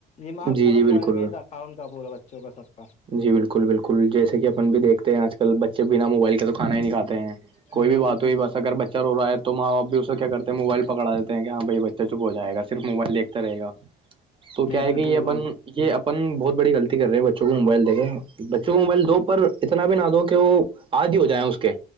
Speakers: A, on the left; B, on the right.
A: دماغ
B: جی
A: پورا
B: جی بالکل
A: موبائل ہی کون کا پورا بچوں کا سب کا
B: جی بالکل بالکل جیسے کہ اپن بھی دیکھتے ہیں آج کل بچے بنا موبائل کے تو کھا ہی نہیں کاتے ہیں
A: ہ
B: کوئی بھی
A: بالکل
B: بات ہوئی بس اگر بچہ رو رہا ہے تو تو ماں باپ بھی اس کوے کیاتے موبائل پکڑا دیتے ہیں کہ ہاں بھ بچہ چپ جائے گار موائل دیکتا رہے تو کیا
A: بالکل
B: ہے کہ یہ
A: بالکل
B: اپن یہ اپن بہت بڑی غلطی کر رہے ہیں بچوں کو موبائل دیکیں بچوں کو موبائل دو پر اتنا بھی نہ دو کہ وہ آدی ہو جائےیں اس کے